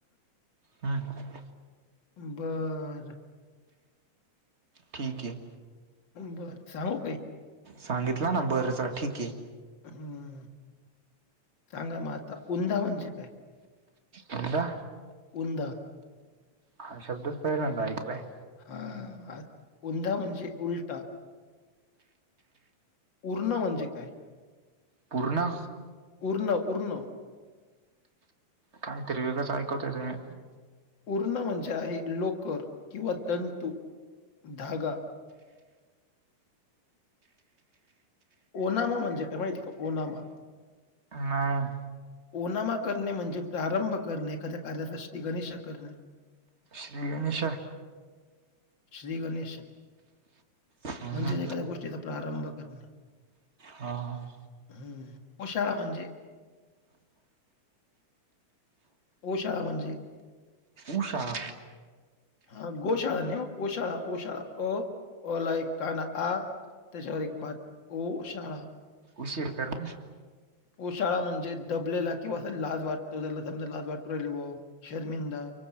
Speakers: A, on the right; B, on the left.
A: हा -
B: बर
A: ठीके.
B: बरं सांगू काही
A: सांगितला ना बरंच ठीके.
B: हम्म सांगा म आता, उंदा म्हणजे काय?
A: वुनदा?
B: उंदा.
A: हा शब्दच पहिल्यांदा ऐकलाय.
B: ह ऊंदा म्हणजे उलटा. उरण म्हणजे काय?
A: पूर्ण?
B: उरण उरण.
A: काहीतरी वेगळंच ऐकवताय तुम्ही.
B: उरण म्हणजे आहे, लोकर किंवा तंतू, धागा. ओनामा म्हणजे काय माहिती का, ओनामा.
A: नाही.
B: ओनामा करणे म्हणजे प्रारंभ करणे, एखाद्या कार्याचा श्री गणेशा करणे.
A: श्री गणेशा.
B: श्री गणेशा.
A: हा
B: म्हणजेच एखाद्या गोष्टीचा प्रारंभ करणे.
A: हा.
B: हम्म ओशाळा म्हणजे. ओ शाळा म्हणजे.
A: उशाळा.
B: हा गोशाळा नाय ओ शाळा ओशाळा अ अ ला एक काना आ त्याच्यावर एक मात्र ओशाळा.
A: उशिर करने.
B: ओशाळा म्हणजे दबलेला किंवा अस लाज वाटतो त्याला समजा लाज वाटु राहिली भाऊ. शरमिंदा.